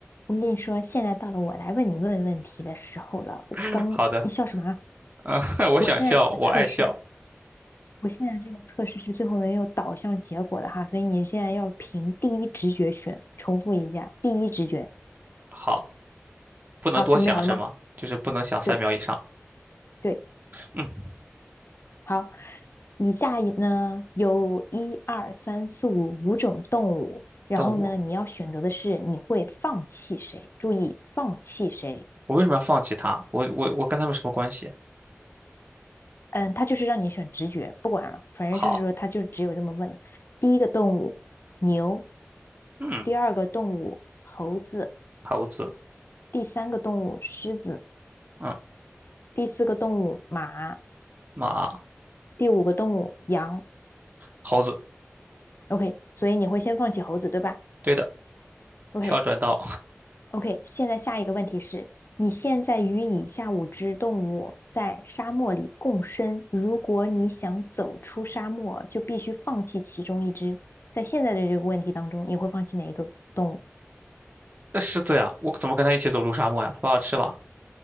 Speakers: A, on the left; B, on the right.
A: 我跟你说，现在到了我来问你问问题的时候了。我刚，
B: <laughs> 好的，
A: 你笑什么啊？
B: <laughs> 我想笑，
A: 我现在这个测试，
B: 我爱笑。
A: 我现在这个测试是最后能有导向结果的哈，所以你现在要凭第一直觉选。重复一下，第一直觉。
B: 好，不能多想是吗？
A: 好，准备好了吗？
B: 就是不能想三秒以上。
A: 对对，
B: 嗯，
A: 好。以下呢有一二三四五五种动物，然后呢你要选择的是你会放弃谁？
B: 动物，
A: 注意，放弃谁？
B: 我为什么要放弃它？我我我跟他们什么关系？
A: 嗯，他就是让你选直觉，不管了，反正就是说他就只有这么问了。
B: 好，
A: 第一个动物牛，
B: 嗯，
A: 第二个动物猴子，
B: 猴子，
A: 第三个动物狮子，
B: 嗯，
A: 第四个动物马，
B: 马，
A: 第五个动物羊。
B: 猴子，
A: OK，所以你会先放弃猴子，对吧
B: 对的。
A: ？OK，
B: 跳转到
A: OK，现在下一个问题是，你现在与以下五只动物在沙漠里共生，如果你想走出沙漠，就必须放弃其中一只。在现在的这个问题当中，你会放弃哪一个动物
B: <laughs> 狮子呀，我怎么跟他一起走入沙漠呀？他把我吃了，